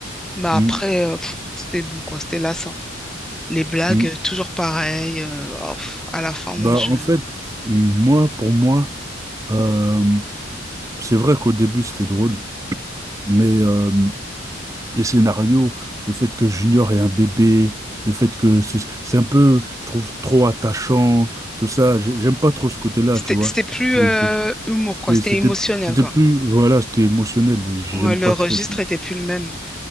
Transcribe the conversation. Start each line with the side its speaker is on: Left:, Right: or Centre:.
Centre: mais après,
Right: Mm.
Centre: euh, pff, c'était bon quoi, c'était lassant. Les blagues,
Right: Mm.
Centre: euh, toujours pareilles. euh, oh, pff, à la fin,
Right: Bah,
Centre: moi je
Right: en fait, moi, pour moi, euh, c'est vrai qu'au début, c'était drôle, mais euh, les scénarios, le fait que Junior est un bébé, le fait que c'est c'est un peu, je trouve, trop attachant, tout ça, j'ai- j'aime pas trop ce côté-là,
Centre: C'était
Right: tu vois.
Centre: c'était plus
Right: C'est-
Centre: euh,
Right: c'est-
Centre: humour, quoi. C'était
Right: C'était
Centre: émotionnel,
Right: c'était
Centre: quoi.
Right: plus, voilà, c'était émotionnel, et j'aime
Centre: Ouais, le
Right: pas
Centre: registre
Right: trop ça.
Centre: était plus le même.